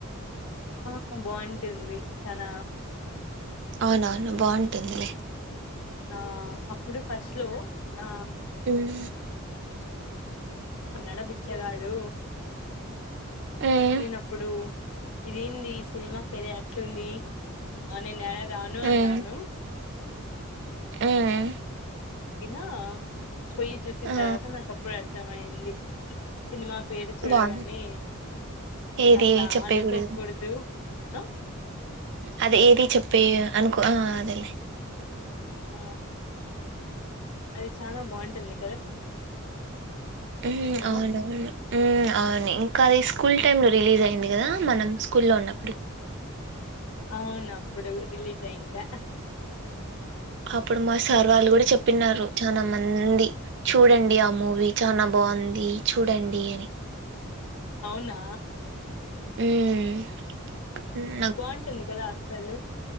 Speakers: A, on the left; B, on the right.
A: ఆ బాగుంటుంది చనా
B: అవునవును బాగుంటుందిలే
A: ఆ అప్పుడు ఫస్ట్ లో ఆ
B: హ్మ్
A: ఉనడ బిచ్చగాడు
B: హ్మ్
A: నేనప్పుడు ఇదేంది సినిమా పేరే అట్లుంది అ నే నెలా రాను
B: హ్మ్
A: అన్నాను
B: హ్మ్
A: న పొయ్యి చూసిన
B: ఆ
A: తర్వాత నాకు అప్పుడు అర్థంమయింది సినిమా పేరు చూడగానే
B: బాగుంది ఏది
A: అట్లా
B: చెప్పే
A: అనుకోకూడదు
B: కూడదు
A: ఆ
B: అది ఏది చెప్పి అనుకో అదేలే
A: ఆ అది చాలా బాగుంటుంది కదా
B: ఉమ్
A: సినిమా
B: అవునవును ఉమ్ అవును ఇంకా అది స్కూల్ టైమ్ లో రిలీజ్ అయింది కదా మనం స్కూల్ లో ఉన్నప్పుడు
A: అవును అప్పుడు రిలీజ్ అయిందా
B: అప్పుడు మా సార్
A: మీ-
B: వాళ్ళు కూడా చెప్పినారు చాలా మం ది చూడండి ఆ మూవీ చనా బాగుంది చూడండి అని
A: అవునా
B: హ్మ్ ఉమ్,
A: బాగుంటుంది కదా అస్సలు